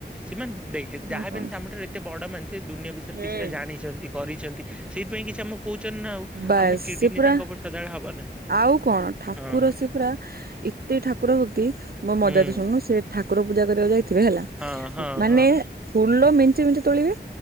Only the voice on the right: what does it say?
ଆଉ କଣ।
ହୁଁ।
ବାସ୍
ସେ ପୁରା
ଆଉ କଣ ଠାକୁର
ସେ ପୁରା, ଏତେ ଠାକୁର ଭକ୍ତି ମୋ ମଜା
ତ ଶୁଣନୁ ସେ ଠାକୁର ପୂଜା କରିବାକୁ ଯାଇଥିବେ ହେଲା
ମାନେ
ଫୁଲ ମେଂଚେ ମେଞ୍ଚେ ତୋଳିବେ